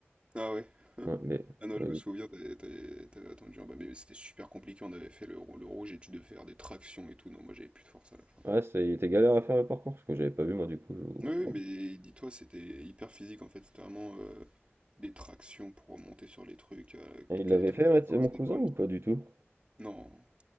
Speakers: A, on the right (about 25°); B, on the right (about 60°).
A: Ah ouais. <laughs>
B: Ouais, mais
A: Ah non,
B: mais
A: je me
B: oui.
A: souviens, t'avais t'avais- t'avais attendu en bas, mais oui, c'était super compliqué, on avait fait le, rou- le rouge et tu devais faire des tractions et tout. Non, moi j'avais plus de force à la fin.
B: Ouais, c'est il était galère à faire le parcours parce que j'avais pas vu moi du coup, je <unintelligible>
A: Oui, oui, mais dis-toi, c'était hyper physique en fait, c'était vraiment euh, des tractions pour monter sur les trucs, euh,
B: et il
A: que
B: l'avait
A: des trucs
B: fait,
A: à
B: ouais,
A: la force
B: t mon cousin
A: des bras.
B: ou
A: et tout.
B: pas du tout?
A: Non,